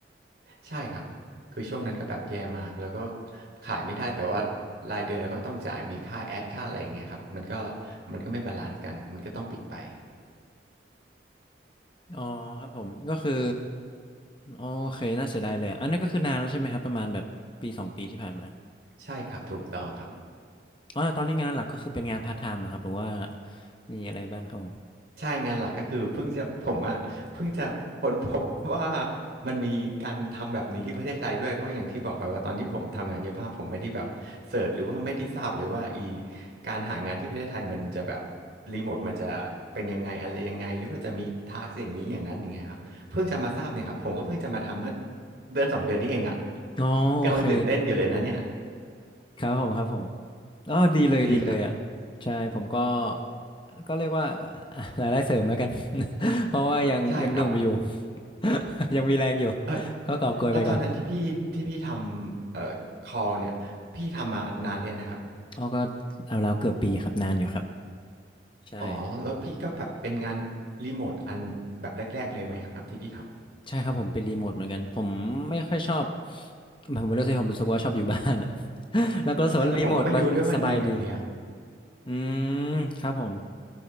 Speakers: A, on the right (about 55°); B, on the left (about 25°).
A: ใช่ครับคือช่วงนั้นก็แบบแย่มากแล้วก็ขายไม่ได้แต่ว่ารายเดือนเราก็ต้องจ่ายมีค่าแอดค่าอะไรอย่างเงี้ยครับมันก็มันก็ไม่บาลานซ์กันมันก็ต้องปิดไป
B: อ๋อครับผมก็คืออ๋อโอเคน่าเสียดายเลยอะอันนี้นก็คือนานแล้วใช่ไหมครับประมาณแบบปีสองปีที่ผ่านมา
A: ใช่ครับถูกต้องครับ
B: อ๋อแต่ตอนนี้งานหลักก็คือเป็นงานพาร์ทไทม์เหรอครับหรือว่ามีอะไรบ้างครับผม
A: ใช่งานหลักก็คือเพิ่งจะผมอ่ะเพิ่งจะค้นพบว่ามันมีการทำแบบนี้ที่ประเทศไทยด้วยก็อย่างที่บอกไปว่าตอนที่ผมทำงานเย็บผ้าผมไม่ได้แบบเสิร์ชหรือว่าไม่ได้ทราบเลยว่าอีการหางานที่ประเทศไทยมันจะแบบรีโมทมันจะเป็นยังไงอะไรยังไงหรือว่าจะมีทาสอย่างนี้อย่างนั้นอย่างเงี้ยครับเพิ่งจะมาทราบเนี่ยครับผมก็เพิ่งจะมาทำเมื่อเดือนสองเดือนนี้เองอ่ะ
B: อ๋อโอเค
A: กำลังตื่นเต้นอยู่เลยนะเนี่ย
B: ครับผมครับผม อ๋อดีเลยดีเลยอ่ะ
A: <laughs> ดีครับ
B: ใช่ผมก็ ก็เรียกว่า <laughs> รายได้เสริมแล้วกัน <laughs> เพราะว่ายังยังหนุ่มอยู่
A: ใช่ครับ
B: <laughs> ยังมีแรงอยู่
A: เออ
B: ก็กอบโกยไปก่อน
A: แล้วตอนนั้นที่พี่ที่พี่ทำเอ่อ call เนี่ยพี่ทำมานานเลยงนะครับ
B: อ๋อก็เอาแล้วเกือบปีครับนานอยู่ครับใช่
A: อ๋อแล้วพี่ก็แบบเป็นงานรีโมทอันแบบแรกๆเลยไหมครับที่พี่ท
B: ใช่ครับผมเป็นรีโมทเหมือนกันผมไม่ค่อยชอบผมไม่รู้สิผมรู้สึกว่าชอบอยู่บ้านอ่ะ <laughs> แล้วก็รู้สึกว่ารีโมทมันสบายดี
A: ำใช่แล้วผมก็ไม่รู้ด้วยว่ามันมีแบบเนี้ย
B: อืม ครับผม